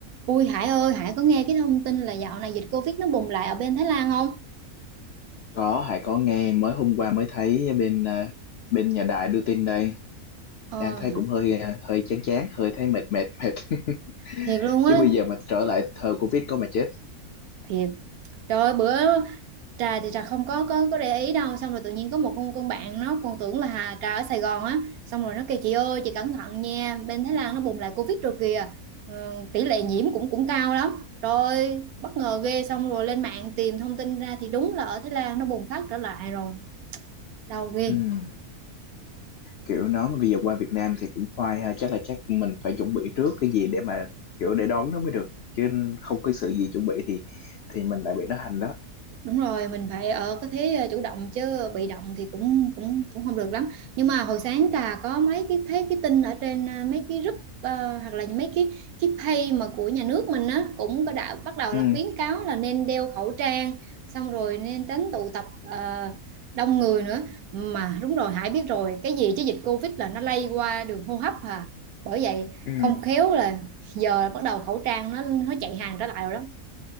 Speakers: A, on the right; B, on the left.
A: Ui Hải ơi, Hải có nghe cái thông tin là dạo này dịch Covid nó bùng lại ở bên Thái Lan không?
B: Có, Hải có nghe mới hôm qua mới thấy bên ờ, bên nhà đài đưa tin đây.
A: Ờ,
B: Đang thấy cũng hơi ờ, hơi chán chán, hơi thấy mệt mệt mệt. <laughs>
A: thiệt luôn
B: Chứ
A: á,
B: bây giờ mà trở lại thời Covid có mà chết.
A: thiệt. Trời ơi, bữa Trà thì Trà không có có có để ý đâu, xong rồi tự nhiên có một con con bạn nó còn tưởng là Hà Trà ở Sài Gòn á, xong rồi nó kêu chị ơi, chị cẩn thận nha, bên Thái Lan nó bùng lại Covid rồi kìa. Ờ, tỷ lệ nhiễm cũng cũng cao lắm. Rồi, bất ngờ ghê xong rồi lên mạng tìm thông tin ra thì đúng là ở Thái Lan nó bùng phát trở lại rồi. Đau ghê.
B: Ừm, kiểu nó bây giờ qua Việt Nam thì cũng khoai ha, chắc là chắc mình phải chuẩn bị trước cái gì để mà kiểu để đón nó mới được. Chứ không có sự gì chuẩn bị thì thì mình lại bị nó hành đó.
A: Đúng rồi, mình phải ở cái thế ờ, chủ động chứ bị động thì cũng cũng cũng không được lắm. Nhưng mà hồi sáng Trà có mấy cái thấy cái tin ở trên ờ, mấy cái group ờ, hoặc là mấy cái cái page mà của nhà nước mình á cũng có đã bắt đầu
B: Ừ,
A: là khuyến cáo là nên đeo khẩu trang, xong rồi nên tránh tụ tập ờ, đông người nữa. Mà đúng rồi, Hải biết rồi, cái gì chứ dịch Covid là nó lây qua đường hô hấp à. Bởi vậy
B: ừ,
A: không khéo là giờ bắt đầu khẩu trang nó nó chạy hàng trở lại rồi đó.